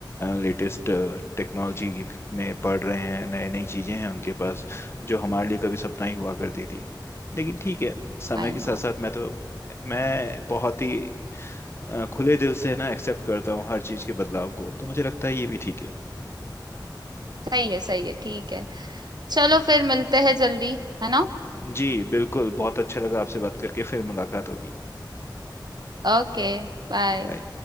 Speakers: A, on the left (about 30°); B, on the right (about 60°).
A: लेटेस्ट टेक्नोलॉजी में पढ़ रहे हैं नई नई चीज़ें हैं उनके पास जो हमारे लिए कभी सपना ही हुआ करती थी लेकिन ठीक है समय
B: I
A: के साथ
B: know
A: साथ मैं तो मैं बहुत ही अ, खुले दिल से ना एक्सेप्ट करता हूँ हर चीज़ के बदलाव को तो मुझे लगता है ये भी ठीक है
B: सही है सही है ठीक है चलो फिर मिलते हैं जल्दी है ना
A: जी बिल्कुल बहुत अच्छा लगा आपसे बात करके फिर मुलाकात होगी
B: ओके बाय
A: बाय